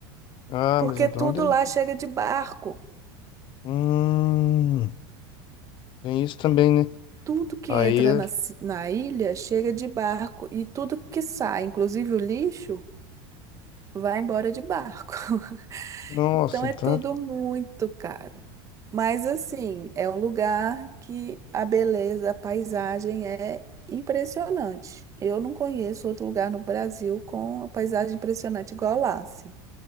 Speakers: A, on the left; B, on the right.
A: Ah,
B: Porque
A: mas então
B: tudo
A: deve.
B: lá chega de barco.
A: Hum, tem isso também, né?
B: Tudo que
A: Aí,
B: entra na, ci- na ilha chega de barco e tudo que sai, inclusive o lixo, vai embora de barco. <laughs>
A: nossa,
B: Então é
A: então.
B: tudo muito caro. Mas assim, é um lugar que a beleza, a paisagem é impressionante. Eu não conheço outro lugar no Brasil com a paisagem impressionante igual lá, assim.